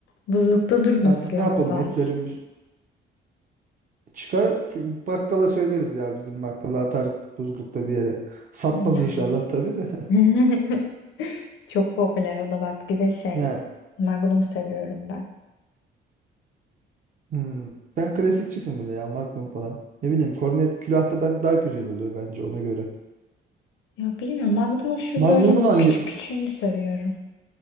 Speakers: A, on the left; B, on the right.
A: Buzlukta durması
B: Artık ne
A: lazım.
B: yapalım etlerim Çıkar bakkala söyleriz ya bizim bakkala atar buzlukta bir yere. Satmaz
A: Ya.
B: inşallah tabii de. <laughs>
A: <laughs> Çok popüler o da bak bir de şey
B: Ya
A: Magnum seviyorum ben.
B: hmm. Sen klasikçisin böyle ya Magnum falan. Ne bileyim Kornet külahta ben daha güzel oluyor bence ona göre.
A: Ya bilmiyorum Magnum'un şu
B: Magnum'un
A: böyle
B: hangi
A: küçük küçüğünü seviyorum.